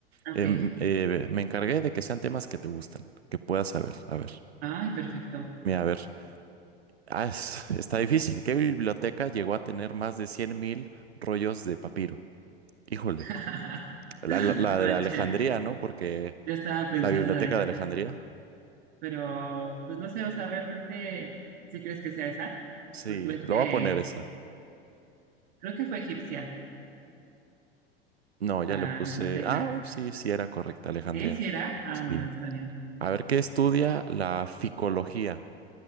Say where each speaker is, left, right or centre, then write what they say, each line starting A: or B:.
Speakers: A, on the right; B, on the right.
A: Ok.
B: em, eh, me encargué de que sean temas que te gustan, que puedas saber. A ver,
A: Ay, perfecto.
B: mira, a ver. Ah, es- está difícil. ¿Qué biblioteca llegó a tener más de 100.000 rollos de papiro? Híjole,
A: <laughs>
B: la, la- la
A: Manche.
B: de la Alejandría, ¿no? Porque
A: Yo estaba pensando
B: la biblioteca
A: en la de
B: de
A: Hannah,
B: Alejandría.
A: pero pues no sé, o sea, realmente sí crees que sea esa,
B: Sí,
A: porque ves
B: lo
A: que
B: voy a poner esa.
A: creo que fue egipcia
B: No, ya
A: la
B: le puse.
A: biblioteca.
B: Ah, sí, sí era correcta, Alejandría.
A: ¿Eh? ¿Sí era? Ah,
B: Sí.
A: mira, está bien.
B: A ver, ¿qué estudia la ficología?